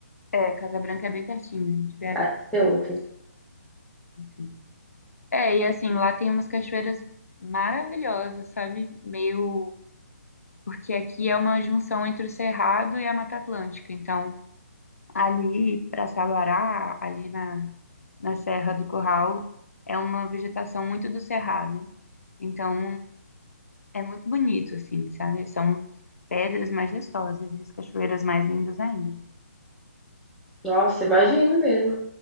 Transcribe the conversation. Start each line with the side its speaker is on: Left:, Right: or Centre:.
Left: É, Casa Branca é bem pertinho né, de BH,
Centre: Ah, deve ser outra.
Left: enfim. É, e assim, lá tem umas cachoeiras maravilhosas, sabe? Meio. Porque aqui é uma junção entre o Cerrado e a Mata Atlântica. Então, Ali para Sabará, ali na, na Serra do Curral, é uma vegetação muito do cerrado. Então, é muito bonito, assim, sabe? São pedras majestosas e as cachoeiras mais lindas ainda.
Centre: Nossa, imagina mesmo.